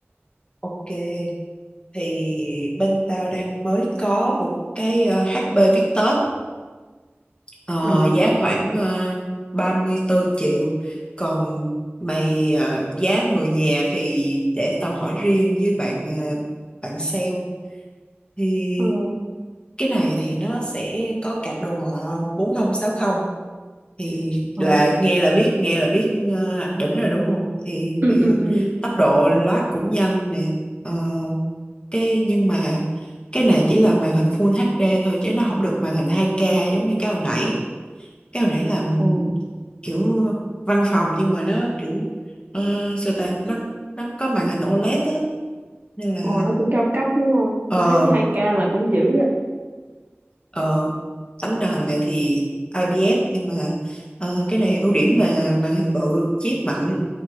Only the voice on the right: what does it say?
ồ
ồ
ồ
ừ
ừ ừ
ồ
ồ nó cũng cao cấp đúng không
tao thấy hai k là cũng dữ á